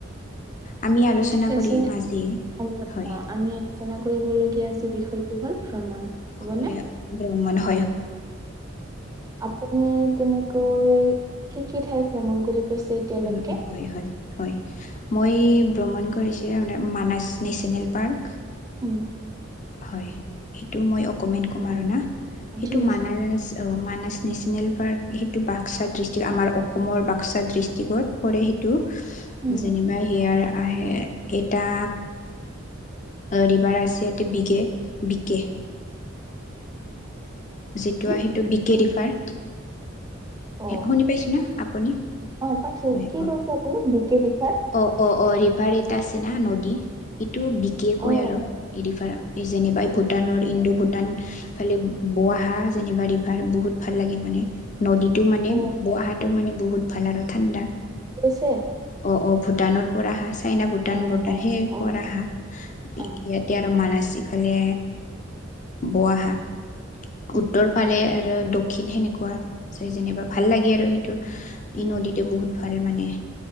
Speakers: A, on the left; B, on the right.
A: আমি আলোচনা
B: ঠিক
A: কৰিম
B: আছে
A: আজি
B: আমি
A: হয়।
B: অ আমি আলোচনা কৰিবলগীয়া যি বিষয়টো হ'ল ভ্ৰমণ হ'বনে
A: হ'য় দিয়ক ব্ৰাহ্মণ মানুহ।
B: আপুনি তেনেকৈ কি কি ঠাই ভ্ৰমণ কৰি পাইছে? এতিয়ালৈকে
A: হয়নুক হয় হয়। হয় মই ভ্ৰমন কৰিছো মানে মানস নেচনেল পাৰ্ক।
B: ও।
A: হয়। সেইটো মই অকমেন কম আৰু না। সেটো
B: ঠিক আছে
A: মানস- মানাস নেশচনেল পাৰ্ক সেইটো বাক্সা ডিষ্ট্ৰিক্, আমাৰ অসমৰ বাক্সা ডিষ্ট্ৰিকত পৰে সেইটো
B: উম
A: যেনিবা হেয়াৰ আহে এটা আৰু ৰিভাৰ আছে ইতে বিকে, বিকে। যিটো,
B: হম
A: সেইটো বিকে ৰিভাৰ
B: অ
A: শুনি পাইছে না আপুনি?
B: অ পাইছো।
A: হয়
B: কি কৈছে আপুনি? বিকে ৰিভাৰ
A: অ অ অ ৰিভাৰ এটা আছে না নদী এইটো বিকে কয়
B: অ
A: আৰু এই ৰিভাৰত যেনেবা ভূটানৰ ইণ্ডো ভূটান ইফালে বোৱা হা যেনিবা ৰিভাৰ বহুত ভাল লাগে মানে নদীতটো মানে
B: অ
A: বহাটো
B: অ
A: মানে বহুত ভাল আৰু ঠাণ্ডা
B: কৈছে
A: অ অ ভূটানৰ পৰা আহা চাইনা ভূটান
B: অ
A: বৰ্ডাৰ
B: অ
A: সেই
B: অ
A: পৰা আহা
B: অ অ
A: ইয়াতে আৰু মান এইফালে বো আহা
B: উম
A: উত্তৰ ফালে আৰু দক্ষিণ সেনেকোৱা চাই যেনিবা ভাল লাগে আৰু সেইটো
B: উম
A: ই নদীতো বহুত সেই ফালে মানে